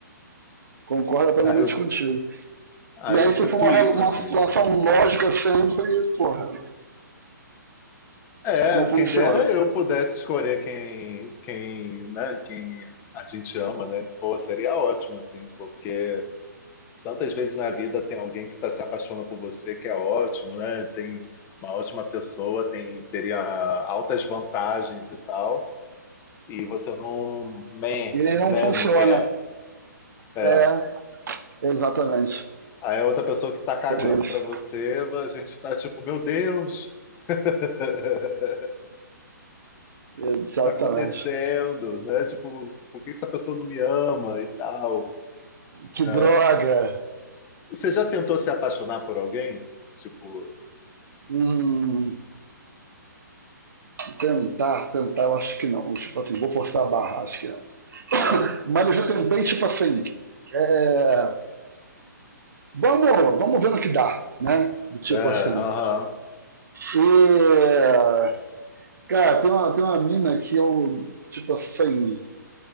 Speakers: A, on the right; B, on the left.
A: Concordo plenamente
B: Aí eu,
A: contigo.
B: aí
A: E aí,
B: eu
A: se
B: sinto
A: for uma,
B: isso,
A: uma
B: assim.
A: situação lógica sempre, porra,
B: É,
A: não funciona.
B: quem dera eu pudesse escolher quem, quem, né? Quem a gente ama, né? Pô, seria ótimo, assim, porque tantas vezes na vida tem alguém que tá se apaixonando por você, que é ótimo, né? Tem uma ótima pessoa, tem, teria altas vantagens e tal. e você não, meh,
A: E não
B: né,
A: funciona.
B: não quer. É.
A: É, exatamente.
B: Aí a outra pessoa que tá cagando
A: Com eles.
B: pra você, a gente tá tipo, meu Deus, <laughs> o
A: Exatamente.
B: que tá acontecendo, né? Tipo, por que essa pessoa não me ama e tal?
A: Que
B: É.
A: droga!
B: Você já tentou se apaixonar por alguém? Tipo,
A: Hum, tentar, tentar, eu acho que não. Tipo assim, vou forçar a barra, acho que não.
B: é,
A: Mas eu já tentei, tipo assim, é, vamos, vamos ver no que dá, né? Do tipo
B: é, aham,
A: assim. E, cara, tem uma, tem uma mina que eu, tipo assim,